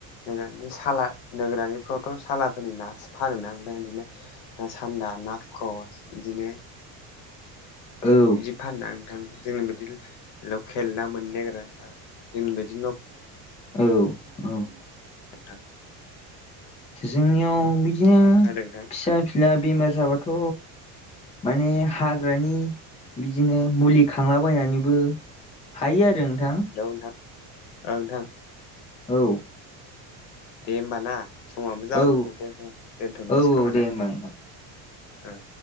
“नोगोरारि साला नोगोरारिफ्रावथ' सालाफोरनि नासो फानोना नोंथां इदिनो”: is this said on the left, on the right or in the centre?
Left